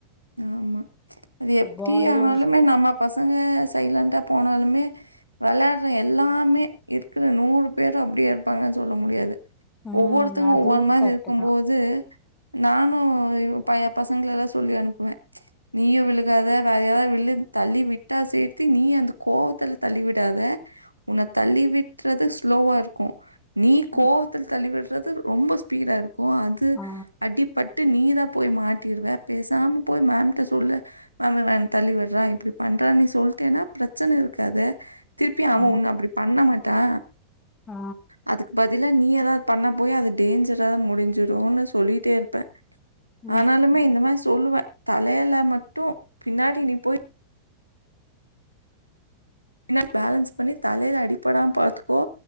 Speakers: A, on the right; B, on the left.
A: ஆமா அது எப்டி
B: பாலு
A: ஆனாலுமே நம்ம பசங்க சைலன்டா. போனாலுமே வெளையாடுற எல்லாமே இருக்குற நூறு பேரு அப்டியே இருப்பாங்கன்னு சொல்ல முடியாது.
B: ம்
A: ஒவ்வொருத்தங்க
B: அதுவு
A: ஒவ்வொரு மாரி
B: கரெக்ட்டு
A: இருக்கும்
B: தா
A: போது நானு வ் பயப் பஸ் எங்ளலா சொல்லி அனுப் நீயு விழுகாத வேற யாராவது விழு தள்ளி விட்டா சேத்தி நீ அந்த கோவத்துல தள்ளி விடாத உன்ன தள்ளி விட்றது ஸ்லோவா இருக்கு. நீ கோவத்துல
B: ம்
A: தள்ளி விட்ர் தது ரொம்ப ஸ்பீடா இருக் போ அது
B: ஆ,
A: அடிப்பட்டு நீதாப் போயி மாட்டிடுவ பேசாம போய் மேம்ட்ட சொல்லு மேம் இவன் என்ன தள்ளி விடுறா இப்டி பண்றான் நீ சொல்லிட்டன்னா பிரச்சன இருக்காதே. திருப்பி அவன்
B: ஆ,
A: உன்ன அப்புடி பண்ண மாட் டா.
B: ஆ.
A: அதுக்கு பதில். இல்ல நீ ஏதாவது பண்ண போயி அது டேஞ்சரா முடிஞ்சிடும்னு சொல்லிட்டே இருப்பேன்
B: ம்,
A: ஆனாலுமே இந்த மாரி சொல்லுவ. தலைல மட்டு பின்னாடி நீ போய் ன்னா பேலன்ஸ் பண்ணி தலையில அடிப்படாம பாத்துக்கோ,